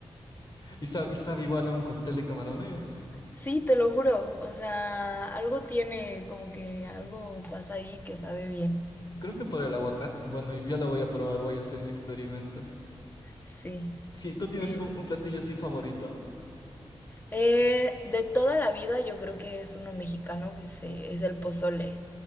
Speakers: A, on the left; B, on the left.
A: y, sabe, y sabe igual a un cóctel de camarones.
B: Sí, te lo juro. O sea, algo tiene, como que algo pasa ahí que sabe bien.
A: Creo que por el aguacate. Bueno, yo la voy a probar, voy a hacer mi experimento.
B: Sí,
A: Sí, ¿tú
B: sí.
A: tienes un, un platillo así favorito?
B: Eh, de toda la vida yo creo que es uno mexicano que se, es el pozole.